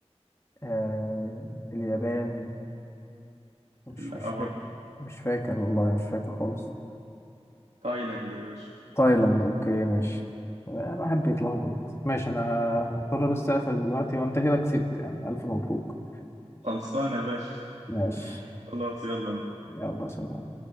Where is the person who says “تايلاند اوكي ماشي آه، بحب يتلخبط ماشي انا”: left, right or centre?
Left